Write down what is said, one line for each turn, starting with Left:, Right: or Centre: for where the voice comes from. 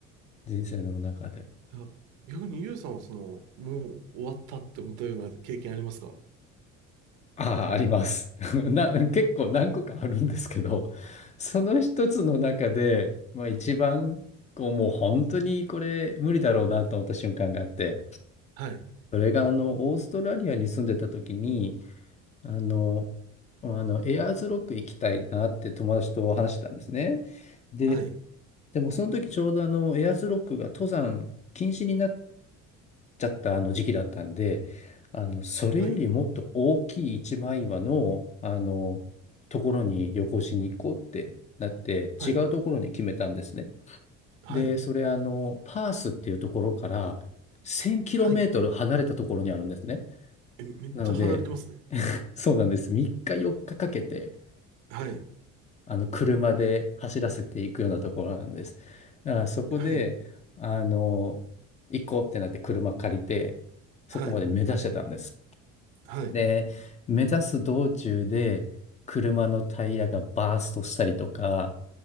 Left: 人生の中で。
Right: いや、逆にゆうさんはその、もう終わったって思ったような経験ありますか
Left: ああ、あります。<laughs> な、結構何個かあるんですけど、その一つの中で、まあ一番、こう、もう本当にこれ無理だろうなと思った瞬間があって、
Right: はい。
Left: それがあの、オーストラリアに住んでた時に、あの、まあの、エアーズロック行きたいなって友達と話してたんですね。で、
Right: はい。
Left: でもその時ちょうどあの、エアーズロックが登山禁止になっちゃったあの時期だったんで、あの、それよりもっと大きい一枚岩の、
Right: はい。
Left: あの、ところに旅行しに行こうってなって、
Right: はい。
Left: 違うところに決めたんですね。
Right: はい。
Left: で、それあの、パースっていうところから1000キロメートル離れたところにあるんですね。
Right: はい。え、めっちゃ離れてますね。
Left: なので、<laughs> そうなんです。3日4日かかけて、
Right: はい。
Left: あの、車で走らせていくようなところなんです。だからそこで、
Right: はい。
Left: あの、行こうってなって車借りて、そこまで目指してたんです。
Right: はい。はい。
Left: で、目指す道中で車のタイヤがバーストしたりとか、